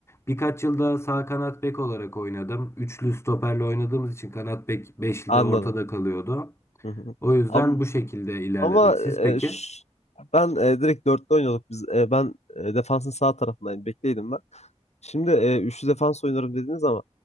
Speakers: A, on the left (about 25°); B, on the left (about 75°).
A: Birkaç yılda sağ kanat bek olarak oynadım. Üçlü stoperle oynadığımız için kanat bek beşli
B: Anladım.
A: de ortada kalıyordu.
B: Hı hı.
A: O yüzden
B: Am-
A: bu şekilde ilerledim.
B: Ama,
A: Siz
B: e,
A: peki?
B: ş- ben e, direkt dörtte oynuyorduk biz. E, ben e, defansın sağ tarafındaydım, Bekleydim ben. Şimdi e, üçlü defans oynarım dediniz ama